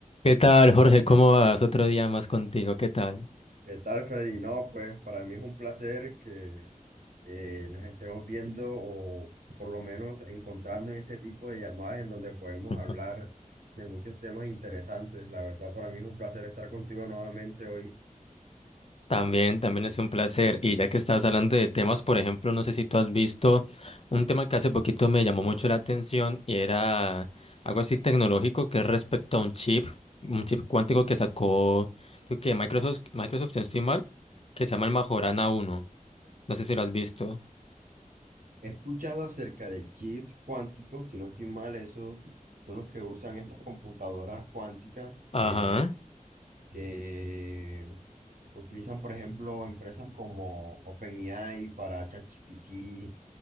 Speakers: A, on the left; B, on the right.
A: ¿Qué tal, Jorge? ¿Cómo vas? Otro día más contigo. ¿Qué tal?
B: ¿Qué tal, Freddy? No, pues para mí es un placer que eh, nos estemos viendo o por lo menos encontrando en este tipo de llamadas en donde podemos
A: Ujú.
B: hablar de muchos temas interesantes. La verdad, para mí es un placer estar contigo nuevamente hoy.
A: También, también es un placer. Y ya que estás hablando de temas, por ejemplo, no sé si tú has visto un tema que hace poquito me llamó mucho la atención y era algo así tecnológico que es respecto a un chip, un chip cuántico que sacó, creo que Microsoft, Microsoft, si no estoy mal, que se llama el Majorana uno. No sé si lo has visto.
B: He escuchado acerca de chips cuánticos, si no estoy mal, esos son los que usan estas computadoras cuánticas
A: Ajá,
B: eh, que utilizan, por ejemplo, empresas como OpenAI para ChatGPT,